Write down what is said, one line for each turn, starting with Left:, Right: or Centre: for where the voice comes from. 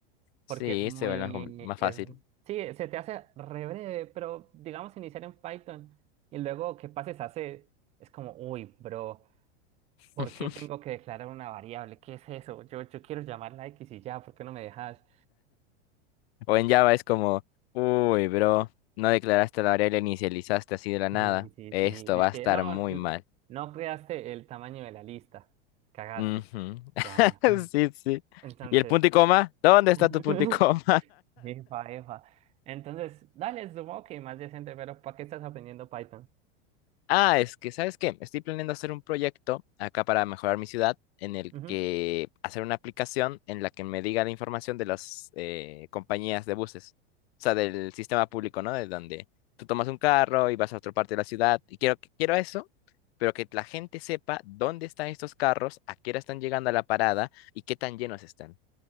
Left: Sí,
Right: Porque es muy...
Left: se vuelve más, compl- más
Right: Es...
Left: fácil.
Right: Sí, se te hace re breve, pero digamos iniciar en Python y luego que pases a C, es como, uy, bro, ¿por
Left: <laughs>
Right: qué tengo que declarar una variable? ¿Qué es eso? Yo, yo quiero llamarla X y ya, ¿por qué no me dejas?
Left: O en Java es como, uy, bro, no declaraste la variable, inicializaste así de la nada.
Right: Sí, sí,
Left: Esto
Right: sí. Dice
Left: va a
Right: que
Left: estar
Right: no,
Left: muy
Right: n-
Left: mal.
Right: no creaste el tamaño de la lista. Cagaste.
Left: Ujú. <laughs>
Right: Ya.
Left: Sí, sí.
Right: Entonces.
Left: ¿Y el punto y coma? ¿Dónde
Right: <laughs>
Left: está tu punto y coma?
Right: Efa, efa. Entonces, dale, supongo que más decente, pero ¿para qué estás aprendiendo Python?
Left: Ah, es que, ¿sabes qué? Estoy planeando hacer un proyecto acá para mejorar mi ciudad en el
Right: Ujú.
Left: que hacer una aplicación en la que me diga la información de las eh, compañías de buses, o sea, del sistema público, ¿no? De donde tú tomas un carro y vas a otra parte de la ciudad. Y quiero, que- quiero eso, pero que la gente sepa dónde están estos carros, a qué hora están llegando a la parada y qué tan llenos están.